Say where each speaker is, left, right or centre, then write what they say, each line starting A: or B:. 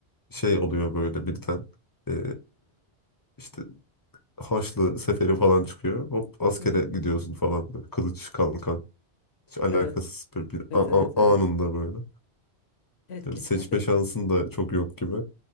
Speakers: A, on the left (about 25°); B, on the left (about 70°).
A: şey oluyor böyle birden e, işte Haçlı seferi falan çıkıyor. Hop askere
B: hı hı.
A: gidiyorsun falan böyle kılıç kalkan. Hiç alakasız
B: Evet
A: bir, bir
B: evet
A: a-
B: evet
A: a-
B: evet.
A: anında böyle.
B: Evet
A: Yani
B: kesinlikle.
A: seçme şansın da çok yok gibi.